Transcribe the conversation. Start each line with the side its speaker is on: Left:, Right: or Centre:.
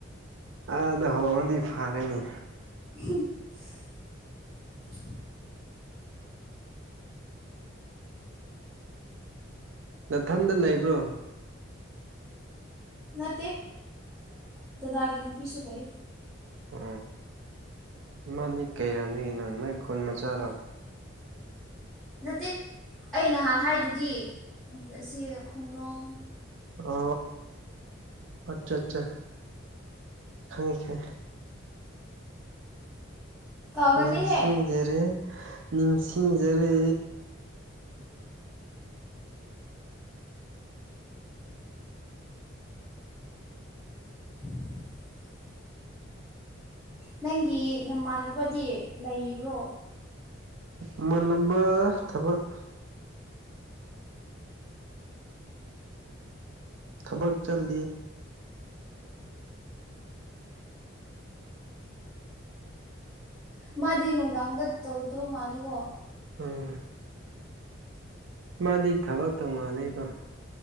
Right: ꯑꯥꯗ ꯍꯣꯡꯉꯗꯤ ꯐꯔꯦꯅꯤ
Centre: ꯎ <unintelligible> <inaudible>
Right: ꯃꯊꯟꯗ ꯂꯩꯕ꯭ꯔꯣ
Centre: ꯅꯠꯇꯦ ꯑꯗꯥꯒꯤꯅꯤ ꯄꯤꯤꯁ ꯂꯩ
Right: ꯎ ꯏꯃꯅꯤ ꯀꯩꯔꯅꯤ ꯌꯦꯟꯅꯅ ꯈꯣꯟ ꯃꯆꯥꯥꯔꯣ
Centre: ꯅꯠꯇꯦ ꯑꯩ ꯅꯍꯥꯟ ꯍꯥꯏꯗꯨꯗꯤ ꯁꯤ ꯈꯨꯡꯡꯂꯣꯡ
Right: ꯑ ꯑꯆꯥ ꯑꯠꯆꯥ ꯈꯪꯉꯦ ꯈ
Centre: ꯀꯥꯎꯒꯜꯂꯤꯍꯦ
Right: ꯅꯤꯡꯁꯤꯡꯖꯔꯦ ꯅꯤꯡꯁꯤꯡꯖꯔꯦ
Centre: <unintelligible> <inaudible> ꯅꯪꯒꯤ ꯅꯃꯥꯟꯅꯕꯗꯤ ꯂꯩꯕ꯭ꯔꯣ
Right: ꯏꯃꯥꯟꯅꯕ ꯊꯕꯛ ꯊꯕꯛ ꯆꯠꯂꯤ
Centre: ꯃꯥꯗꯤ ꯅꯨꯡꯗꯥꯡꯗ ꯇꯧꯗꯣ ꯃꯥꯜꯂꯦꯀꯣ
Right: ꯎꯝ ꯃꯥꯗꯤ ꯊꯕꯛ ꯇꯣꯉꯥꯜꯂꯤꯀꯣ